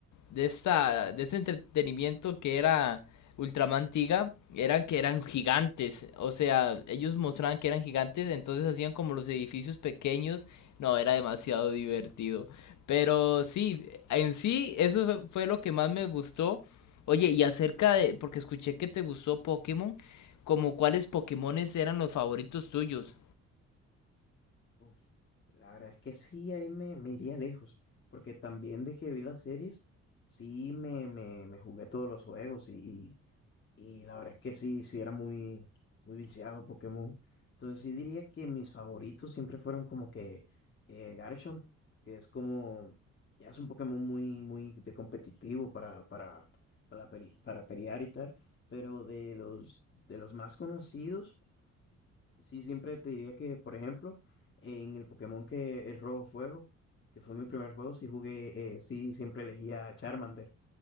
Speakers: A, on the left; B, on the left.
A: de esta de este entretenimiento que era Ultraman Tiga eran que eran gigantes, o sea, ellos mostraban que eran gigantes, entonces hacían como los edificios pequeños, no, era demasiado divertido. Pero sí, en sí eso fue lo que más me gustó. Oye, y acerca de porque escuché que te gustó Pokémon, como cuáles Pokémones eran los favoritos tuyos.
B: Uf, la verdad es que sí, ahí me, me iría lejos, porque también de que vi las series, sí me, me, me jugué todos los juegos y, Y la verdad es que sí, sí era muy, muy viciado Pokémon. Entonces sí diría que mis favoritos siempre fueron como que eh, Garchomp, que es como, ya es un Pokémon muy, muy de competitivo para, para, para, peri- para pelear y tal. Pero de los, de los más conocidos, sí siempre te diría que, por ejemplo, en el Pokémon que es Rojo Fuego, que fue mi primer juego, sí jugué, eh, sí siempre elegía a Charmander.